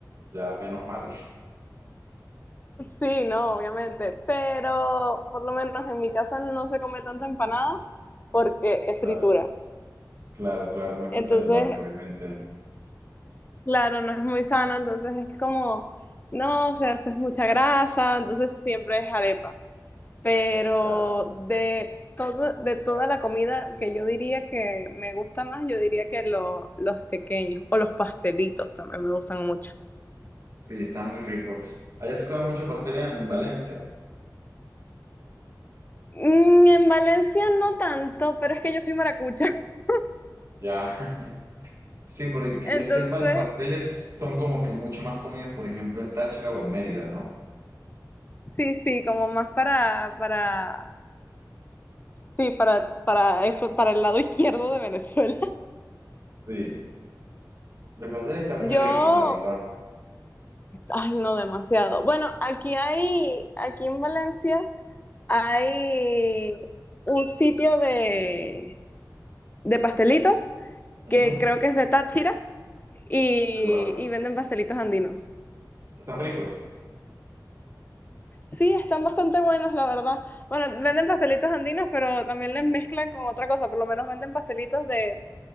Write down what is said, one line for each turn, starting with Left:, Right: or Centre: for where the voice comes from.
Right: Ya, menos mal.
Left: Sí, no, obviamente, pero por lo menos en mi casa no se come tanta empanada porque es
Right: Claro,
Left: fritura.
Right: claro, claro, no es
Left: Entonces,
Right: muy saludable, obviamente.
Left: claro, no es muy sano, entonces es como, no, o sea, eso es mucha grasa, entonces siempre es arepa. Pero
Right: Ya.
Left: de todo, de toda la comida que yo diría que me gusta más, yo diría que lo- los tequeños o los pastelitos también me gustan mucho.
Right: Sí, están muy ricos. Allá se come mucho pastel en Valencia.
Left: Mm, En Valencia no tanto, pero es que yo soy maracucha. <laughs>
Right: Ya. <laughs> Sí, porque que
Left: Entonces,
Right: yo sepa, los pasteles son como que mucho más comidos, por ejemplo, en Táchira o en Mérida, ¿no?
Left: sí, sí, como más para, para, sí, para, para eso, para el lado izquierdo de Venezuela. <laughs>
Right: Sí, los pasteles están
Left: Yo,
Right: muy ricos, la verdad.
Left: ay, no demasiado. Bueno, aquí hay, aquí en Valencia hay un sitio de, de pastelitos
Right: Ujú,
Left: que creo que es de Táchira y,
Right: Seguramente.
Left: y venden pastelitos andinos.
Right: Están ricos.
Left: Sí, están bastante buenos, la verdad. Bueno, venden pastelitos andinos, pero también les mezclan con otra cosa. Por lo menos venden pastelitos de